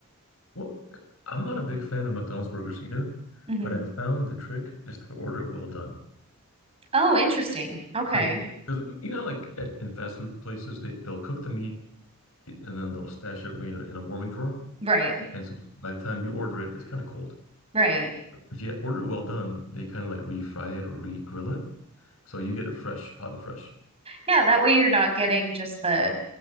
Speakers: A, on the left (about 70°); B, on the right (about 25°).
A: Well, I'm not a big fan of McDonald's burgers either,
B: <laughs> hmm
A: but I found the trick is to order it well done.
B: Oh, interesting. Okay.
A: Because, because you know, like at, in fast food places, they they'll cook the meat and then they'll stash it away in a, in a warming drawer.
B: Right.
A: And so by the time you order it, it's kind of cold.
B: Right.
A: If you order it well done, they kind of like re-fry it or re-grill it. So you get it fresh, hot and fresh.
B: Yeah, that way you're not getting just the